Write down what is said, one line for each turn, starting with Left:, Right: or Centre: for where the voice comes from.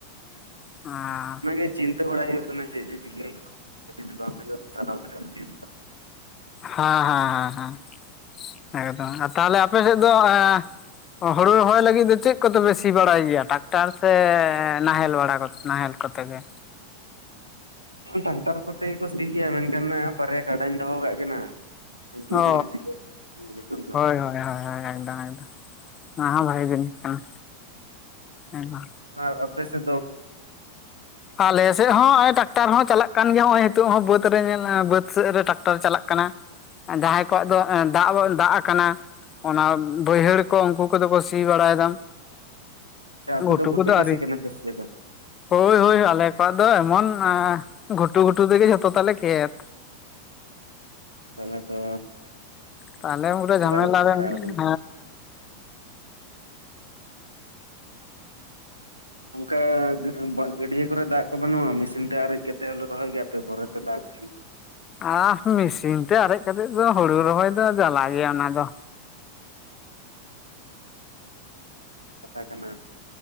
Left: ᱟᱨ
Right: ᱮ ᱪᱤᱱᱛᱟᱹ ᱵᱟᱲᱟᱭ ᱦᱩᱭᱩᱜ ᱠᱟᱱᱟ ᱪᱮᱫ ᱡᱮ ᱪᱤᱠᱟᱹ ᱦᱩᱭᱩᱜᱼᱟ <unintelligible> ᱡᱚᱫᱤ ᱵᱟᱝ ᱦᱩᱭᱩᱜᱼᱟ <unintelligible>
Left: ᱦᱟᱸ ᱦᱟᱸ ᱦᱟᱸ ᱦᱟᱸ ᱮᱠᱫᱚᱢ ᱟ ᱛᱟᱦᱞᱮ ᱟᱯᱮ ᱥᱮᱫ ᱫᱚ ᱮᱸ ᱦᱩᱲᱩ ᱨᱚᱦᱚᱭ ᱞᱟᱹᱜᱤᱫ ᱫᱚ ᱪᱮᱜ ᱠᱚᱛᱮ ᱯᱮ ᱥᱤ ᱵᱟᱲᱟᱭ ᱜᱮᱭᱟ ᱴᱟᱠᱴᱟᱨ ᱥᱮ ᱱᱟᱦᱮᱞ ᱵᱟᱲᱟ ᱱᱟᱦᱮᱞ? ᱠᱟᱛᱮ ᱜᱮ᱾
Right: ᱴᱟᱠᱴᱟᱨ ᱠᱚᱛᱮ ᱜᱮ ᱠᱚ ᱥᱤᱭ ᱜᱮᱭᱟ ᱢᱮᱱᱠᱷᱟᱱ ᱵᱟᱨᱭᱟ ᱠᱟᱰᱟᱧ ᱫᱚᱦᱚ ᱠᱟᱜ ᱠᱤᱱᱟ᱾ ᱩᱱᱠᱤᱱ
Left: ᱚ
Right: ᱛᱮᱜᱮ ᱥᱤ ᱦᱩᱭᱩᱜᱼᱟ᱾
Left: ᱦᱳᱭ ᱦᱳᱭ ᱦᱳᱭ ᱮᱠᱫᱚᱢ ᱮᱠᱫᱚᱢ᱾ ᱚᱱᱟ ᱦᱚᱸ ᱵᱷᱟᱜᱤ ᱡᱟᱹᱱᱤᱥ ᱠᱟᱱᱟ ᱦᱮᱸᱢᱟ
Right: ᱟᱨ ᱟᱯᱮ ᱥᱮᱫ ᱫᱚ
Left: ᱟᱞᱮ ᱥᱮᱫ ᱦᱚᱸ ᱱᱚᱜ ᱚᱭ ᱴᱟᱠᱴᱟᱨ ᱦᱚᱸ ᱪᱟᱞᱟᱜ ᱠᱟᱱᱟ ᱱᱚᱜ ᱚᱭ ᱱᱤᱛᱚᱜ ᱦᱚᱸ ᱵᱟᱹᱫ ᱨᱮ ᱧᱮᱞ ᱵᱟᱹᱫ ᱥᱮᱫ ᱨᱮ ᱴᱟᱠᱴᱟᱨ ᱪᱟᱞᱟᱜ ᱠᱟᱱᱟ ᱡᱟᱦᱟᱸᱭ ᱠᱚᱣᱟᱜ ᱫᱚ ᱫᱟᱜ ᱜᱚᱫ ᱫᱟᱜ ᱟᱠᱟᱱᱟ ᱚᱱᱟ ᱵᱟᱹᱭᱦᱟᱹᱲ ᱠᱚ ᱩᱱᱠᱩ ᱠᱚᱫᱚ ᱠᱚ ᱥᱤ ᱵᱟᱲᱟᱭᱮᱫᱟ
Right: ᱟᱪᱪᱷᱟ ᱟᱯᱮ
Left: ᱜᱷᱩᱴᱩ
Right: ᱫᱚ
Left: ᱠᱚᱫᱚ
Right: ᱪᱟᱹᱥᱤ
Left: ᱟᱹᱣᱨᱤ
Right: ᱠᱟᱱᱟ ᱯᱮ ᱥᱮ ᱵᱟᱝ
Left: ᱦᱳᱭ ᱦᱳᱭ ᱟᱞᱮ ᱠᱚᱣᱟᱜ ᱫᱚ ᱮᱢᱚᱱ ᱜᱷᱩᱴᱩ ᱜᱷᱩᱴᱩ ᱛᱮᱜᱮ ᱡᱷᱚᱛᱚ ᱛᱟᱞᱮ ᱠᱷᱮᱛ
Right: ᱛᱟᱦᱚᱞᱮ ᱛᱚ
Left: ᱛᱟᱦᱚᱞᱮ ᱩᱱ ᱨᱮ ᱡᱷᱟᱢᱮᱞᱟ
Right: ᱨᱮᱯᱮ
Left: ᱜᱮ
Right: ᱯᱟᱲᱟᱣ
Left: ᱢᱮᱱᱟᱜ-ᱟ
Right: ᱠᱟᱱᱟ
Left: ᱦᱮᱸ
Right: ᱚᱱᱠᱟ ᱜᱟᱹᱰᱤᱭᱟᱹ ᱠᱚᱨᱮ ᱫᱟᱜ ᱠᱚ ᱵᱟᱹᱱᱩᱜᱼᱟ ᱢᱮᱥᱤᱱ ᱛᱮ ᱟᱨᱮᱡ ᱠᱟᱛᱮᱫ ᱦᱚᱞᱮ ᱨᱚᱦᱚᱭ ᱜᱮᱭᱟ ᱟᱯᱮ ᱦᱟᱯᱮ ᱯᱚᱨᱮ ᱛᱮ ᱫᱟᱜ ᱠᱷᱟᱱᱮ
Left: ᱟ ᱢᱮᱥᱤᱱ ᱛᱮ ᱟᱨᱮᱡ ᱠᱟᱛᱮᱜ ᱫᱚ ᱦᱩᱲᱩ ᱨᱚᱦᱚᱭ ᱫᱚ ᱡᱟᱞᱟ ᱜᱮᱭᱟ ᱚᱱᱟ ᱫᱚ᱾
Right: ᱠᱟᱛᱷᱟ ᱠᱟᱱᱟ